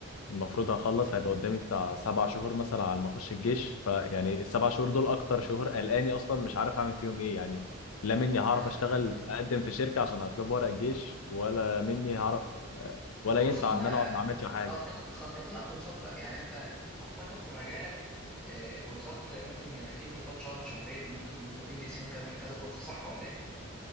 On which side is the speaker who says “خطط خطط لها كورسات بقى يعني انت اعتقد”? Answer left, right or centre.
Centre